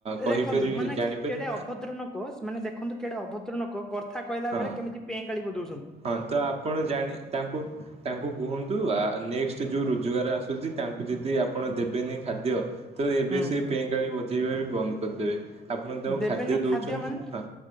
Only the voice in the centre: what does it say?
ଦେଖନ୍ତୁ ମାନେ
କେଡେ ଅଭଦ୍ର ନୋକ। ମାନେ ଦେଖନ୍ତୁ କେଡେ ଅଭଦ୍ର ନୋକ। କଥା କହିଲା
ବେଳେ କେମିତି ପେଁକାଳୀ ବଯଉଛି।
ହୁଁ
ଦେବେନି
ମାନେ